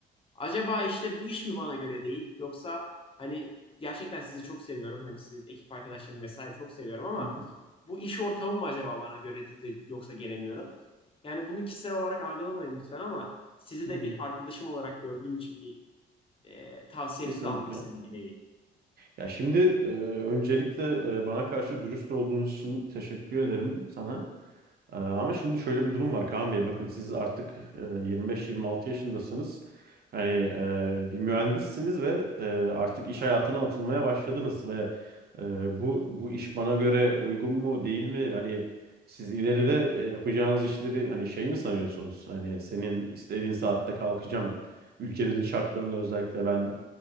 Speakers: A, on the left; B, on the right.
A: Acaba işte bu iş mi bana göre değil yoksa hani gerçekten sizi çok seviyorum. Hani sizin ekip arkadaşlarımı vesaire çok seviyorum ama
B: hı
A: bu iş ortamı mı acaba bana göre değil de yoksa gelemiyorum. Yani bunu kişisel olarak algılamayın lütfen ama sizi
B: hı.
A: de
B: hı.
A: bir arkadaşım olarak gördüğüm için bir e, tavsiyenizi
B: Kesinlikle.
A: de almak istedim bir nevi.
B: Ya şimdi e, öncelikle e, bana karşı dürüst olduğunuz için teşekkür ederim sana. Ee, Ama şimdi şöyle bir durum var Kaan Bey. Bakın siz artık e, 25-26 yaşındasınız. Hani e, bir mühendissiniz ve e, artık iş hayatına atılmaya başladınız ve e, bu bu iş bana göre uygun mu değil mi? Hani siz ileride e, yapacağınız işleri hani şey mi sanıyorsunuz? Hani senin istediğin saatte kalkacağım. Ülkemizin şartlarında özellikle ben